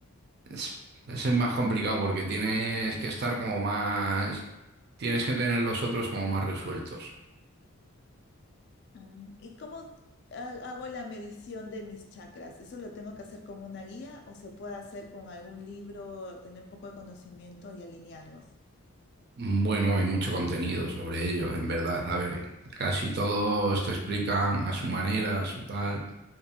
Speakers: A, on the right; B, on the left.
A: Es- ese es más complicado porque tienes que estar como más. Tienes que tener los otros como más resueltos.
B: Ah, ¿Y cómo ha- hago la medición de mis chakras? ¿Eso lo tengo que hacer con una guía o se puede hacer con algún libro, tener un poco de conocimiento y alinearlos?
A: Bueno, hay mucho contenido sobre ello, en verdad. A ver, casi todos te explican a su manera, a su tal.